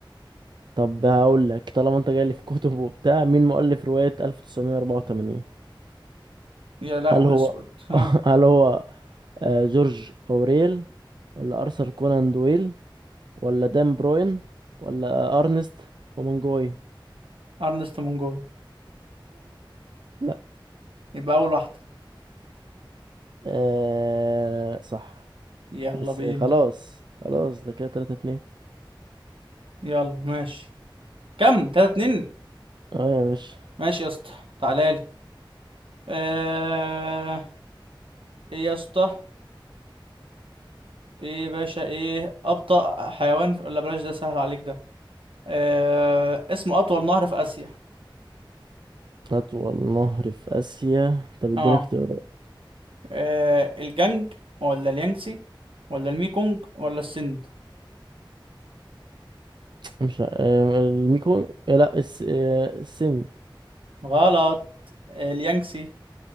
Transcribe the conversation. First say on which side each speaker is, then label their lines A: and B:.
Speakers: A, on the right; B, on the right.
A: طب هقول لك طالما انت جاي لي في كتب وبتاع مين مؤلف رواية 1984
B: يا لهو
A: هل هو
B: اسود ها
A: <laughs> هل هو آه، جورج اوريل ولا ارثر كونان دويل ولا دان بروين ولا ارنست هومنجوي
B: ارنست منجوي
A: لا
B: يبقى اول واحدة
A: آه صح
B: يلا
A: بس
B: بينا
A: خلاص خلاص ده كده 3 2
B: يلا ماشي كم تلاتة اتنين
A: اه يا باشا
B: ماشي يا اسطى تعالى لي آه ايه يا اسطى ايه يا باشا ايه ابطأ حيوان في... لا بلاش ده سهل عليك ده آه... اسمه اطول نهر في اسيا
A: اطول نهر في اسيا طب اديني
B: اه,
A: اختيارات
B: آه... الجنج ولا اليانجسي ولا الميكونج ولا السند
A: مش ع- آه، الميكو آه، لا الس... آه، السند
B: غلط اليانجسي